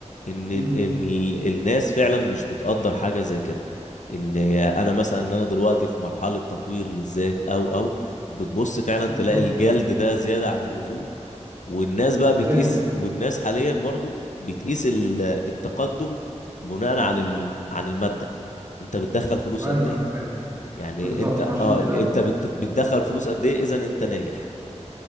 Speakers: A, on the left; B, on the right.
A: إن إن
B: امم
A: ال- الناس فعلا مش بتقدر حاجة زي كده إن أنا مثلا إن أنا دلوقتي في مرحلة تطوير للذات أو أو بتبص فعلا
B: بالظبط
A: تلاقي الجلد ده زيادة عن اللزوم والناس بقى بتقيس
B: ايوه
A: والناس حاليا برضو بتقيس ال- التقدم بناء على ال- عن المادة أنت بتدخل فلوس
B: ايوه
A: قد إيه؟
B: ايوه
A: يعني
B: بالظبط
A: أنت
B: عشان
A: أه
B: كده
A: أنت بت- بتدخل فلوس قد إيه إذا أنت ناجح